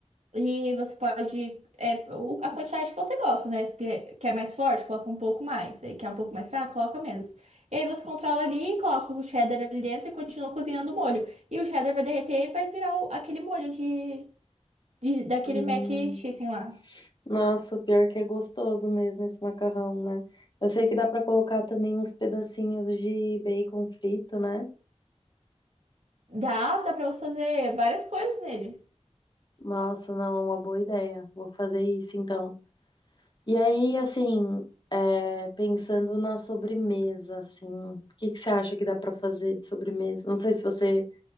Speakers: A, on the right; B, on the left.
A: E você pode. É, o- a quantidade que você gosta, né? Se quer, quer mais forte, coloca um pouco mais. Aí quer um pouco mais fraco, coloca menos. E aí você controla ali, coloca o cheddar ali dentro e continua cozinhando o molho. E o cheddar vai derreter e vai virar o- aquele molho de, de- daquele
B: Hum,
A: mac cheese lá.
B: Nossa, pior que é gostoso mesmo esse macarrão, né? Eu sei que dá pra colocar também uns pedacinhos de bacon frito, né?
A: Dá, dá pra você fazer várias coisas nele.
B: Nossa, não, é uma boa ideia. Vou fazer isso então. E aí, assim, é, pensando na sobremesa, assim, o que que você acha que dá pra fazer de sobremesa? Não sei se você